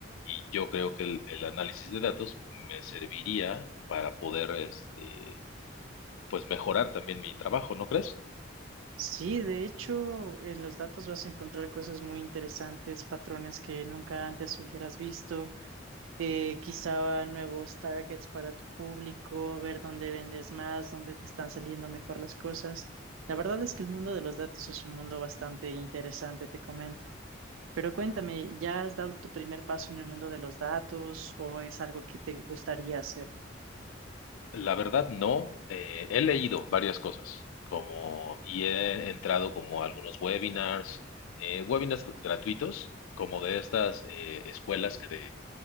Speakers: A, on the left; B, on the right.
A: Y yo creo que el, el análisis de datos me serviría para poder, este, pues, mejorar también mi trabajo, ¿no crees?
B: Sí, de hecho, en los datos vas a encontrar cosas muy interesantes, patrones que nunca antes hubieras visto. eh, quizá nuevos targets para tu público, ver dónde vendes más, dónde te están saliendo mejor las cosas. La verdad es que el mundo de los datos es un mundo bastante interesante, te comento. Pero cuéntame, ¿ya has dado tu primer paso en el mundo de los datos o es algo que te gustaría hacer?
A: La verdad, no. Eh, he leído varias cosas, como, y he entrado como a algunos webinars, eh, webinars gr- gratuitos, como de estas eh, escuelas que de